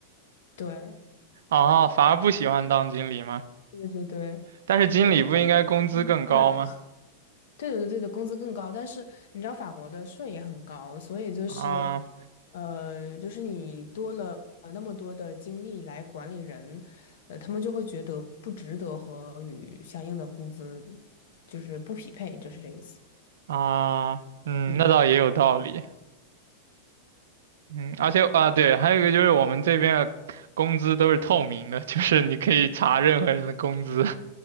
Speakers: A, on the left (about 60°); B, on the right (about 80°).
A: 对
B: 啊，反而不喜欢当经理吗？
A: 对对对，
B: 但是经理不应该工资更高吗？
A: 也可能是大部分法国人吧。对的，对的，工资更高，但是你知道法国的税也很高，所以就是，
B: 啊
A: 呃，就是你多了那么多的精力来管理人，呃，他们就会觉得不值得和与相应的工资就是不匹配，就是这意思。
B: 啊，嗯，
A: 嗯，
B: 那倒也有道理。嗯，而且啊，对，还有一个就是我们这边的工资都是透明的，就是你可以查任何人的工资。